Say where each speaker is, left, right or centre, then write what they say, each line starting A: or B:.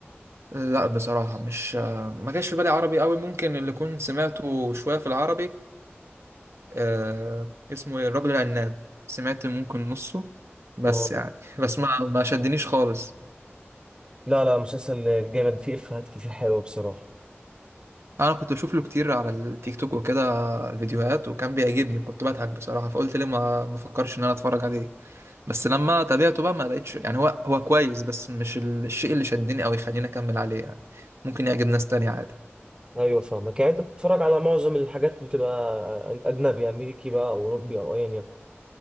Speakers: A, on the right; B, on the right.
A: لا بصراحة مش ما جاش في بالي عربي قوي ممكن اللي كنت سمعته شوية في العربي آه اسمه ايه الرجل العناب سمعت ممكن نصه بس
B: اه
A: يعني <laughs> بس ما ما شدنيش خالص
B: لا لا مسلسل جامد فيه إفيهات كتير حلوة بصراحة
A: انا كنت بشوف له كتير على التيك توك وكده فيديوهات وكان بيعجبني كنت بضحك بصراحة فقلت ليه ما ما فكرش ان انا اتفرج عليه بس لما تابعته بقى ما لقيتش يعني هو هو كويس بس مش الشيء اللي شدني او يخليني اكمل عليه يعني ممكن يعجب ناس تانية عادي
B: أيوة فاهمك يعني أنت بتتفرج على معظم الحاجات بتبقى أجنبي أمريكي بقى أو أوروبي أو أيا يكن